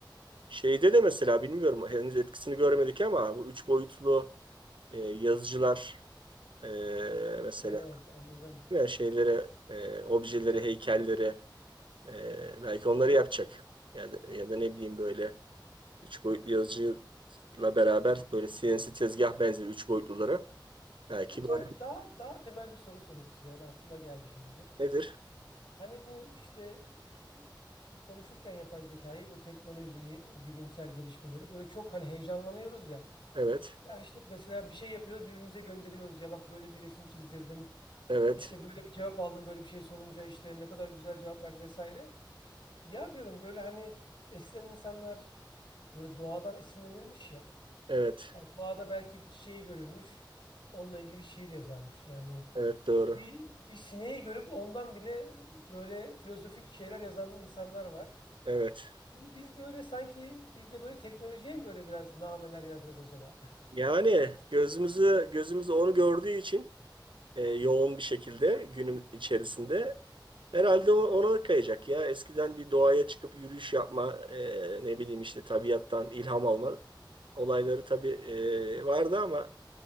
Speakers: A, on the right (about 80°); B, on the left (about 85°).
A: Şeyde de mesela bilmiyorum henüz etkisini görmedik ama bu üç boyutlu e, yazıcılar e, mesela
B: evet anladım.
A: veya şeylere, e, objelere, heykellere e, belki onları yapacak. Ya da, ya da ne bileyim böyle üç boyutlu yazıcıyla beraber böyle CNC tezgah benzeri üç boyutlulara belki
B: Peki
A: böyle
B: abi daha daha temel bir soru sorayım size. Yani aklıma geldi şimdi.
A: nedir?
B: Hani bu işte bu konuşurken yapay zekayı, bu teknolojiyi, bu bilimsel gelişmeleri böyle çok hani heyecanlanıyoruz ya.
A: Evet,
B: Ya işte mesela bir şey yapıyoruz, birbirimize gönderiyoruz. Ya bak böyle bir resim çizdirdim.
A: evet,
B: İşte böyle bir cevap aldım, böyle bir şey sorunca işte ne kadar güzel cevap verdi vesaire. Ya diyorum böyle hani eskiden insanlar böyle doğadan esinlenirmiş ya.
A: evet,
B: Hani doğada belki bir çiçeği görürmüş. Onunla ilgili bir şiir yazarmış. Yani
A: evet doğru.
B: bir, bir sineği görüp ondan bile böyle filozofik şeyler yazan insanlar var.
A: Evet.
B: Şimdi biz böyle sanki biz de böyle teknolojiye mi böyle biraz nameler yazacağız acaba? <laughs>
A: Yani gözümüzü gözümüz onu gördüğü için e, yoğun bir şekilde günüm içerisinde. Herhalde o- ona kayacak ya. Eskiden bir doğaya çıkıp yürüyüş yapma, e, ne bileyim işte tabiattan ilham alma olayları tabii e, vardı ama